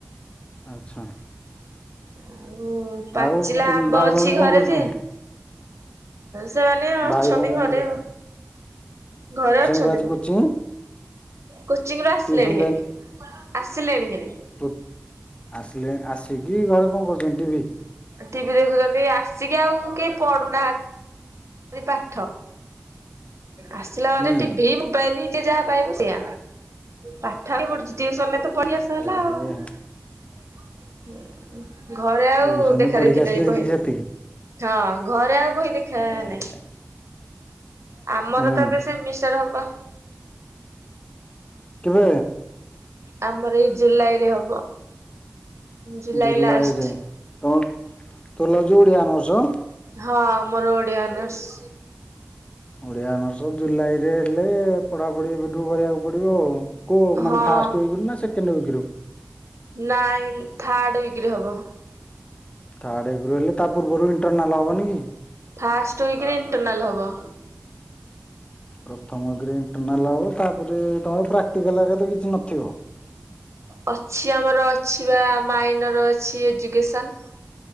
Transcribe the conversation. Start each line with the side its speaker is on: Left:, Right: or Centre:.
Left: ଆଚ୍ଛା।
Right: ଆଉ ପାଚିଲା
Left: ଆଉ ତମ
Right: ଆମ୍ବ
Left: ଭାଇ
Right: ଅଛି
Left: ଭଉଣୀ କଣ
Right: ଘରେ
Left: କରୁଛନ୍ତି?
Right: ଯେ ସେମାନେ ଅଛନ୍ତି
Left: ଭାଇ ଭଉଣୀ
Right: ଘରେ
Left: କଣ କରୁଛନ୍ତି?
Right: ଘରେ ଅଛନ୍ତି
Left: କଣ ଆଜି
Right: ମ।
Left: କୋଚିଂ
Right: କୋଚିଂ ରୁ ଆସିଲେଣି
Left: ଟିଉସନ
Right: ହାରି ଆସିଲେଣି ହାରି।
Left: ତୁ ଆସିଲେଣି ଆସିକି ଘରେ କଣ କରୁଛନ୍ତି ଟିଭିି?
Right: ଟିଭି ଦେଖୁଛନ୍ତି ଆସିକି ଆଉ କେହି ପଡୁନାହାଁ ତି ପାଠ ଆସିଲା ମାନେ
Left: ହୁଁ
Right: ଟିଭି ମୋବାଇଲ ଯିଏ ଯାହା ପାଇବ ସେଆ ପାଠ ଆଉ କିଏ ପଢୁଛି। ଟୁଉସନରେ ତ ପଢ଼ିଆ ସଇଲା
Left: ଏହେ
Right: ଆଉ ଘରେ ଆଉ
Left: ଟିଉସନରେ
Right: ଦେଖା
Left: ପଢିକି
Right: ଦେଖି
Left: ଆସିଲେ
Right: ନାହିଁ
Left: ଯେତିକି
Right: ବହି।
Left: ସେତିକି
Right: ହଁ ଘରେ ଆଉ ବହି ଦେଖା
Left: ଏହେ
Right: ନାହିଁ। ଆମର
Left: ହୁଁ
Right: ତ ଏବେ ସେ ମିଷ୍ଟାର୍ ହବ।
Left: କେବେ?
Right: ଆମର ଏଇ ଜୁଲାଇରେ ହବ। July
Left: ଜୁଲାଇରେ
Right: last.
Left: ତ ତୁ ନେଇଛୁ ଓଡିଆ ଅନର୍ସ?
Right: ହଁ ମୋର ଓଡିଆ ଅନର୍ସ।
Left: ଓଡିଆ ଅନର୍ସ ଜୁଲାଇରେ ହେଲେ ପଢାପଢି ଏବେଠୁ କରିବାକୁ ପଡିବ ଆଉ। କୋ
Right: ହଁ।
Left: ମାନେ ଫାଷ୍ଟ ୱିକ୍ ରୁ ନା ସେକେଣ୍ଡ ୱିକରୁ?
Right: ନାଇଁ ଥାର୍ଡ଼ ୱିକରେ ହବ।
Left: ଥାର୍ଡ଼ ୱିକରେ ହେଲେ ତା ପୂର୍ବରୁ ଇଣ୍ଟରନାଲ୍ ହେବନି କି?
Right: ଫାଷ୍ଟ ୱିକରେ ଇଣ୍ଟରନାଲ ହବ।
Left: ପ୍ରଥମ କି ଇଣ୍ଟରନାଲ ହବ ତାପରେ ତମର ପ୍ରାକ୍ଟିକାଲ ହେରିକା ତ କିଛି ନଥିବ।
Right: ଅଛି ଆମର ଅଛି ବା ମାଇନର ଅଛି ଏଜୁକେସନ୍।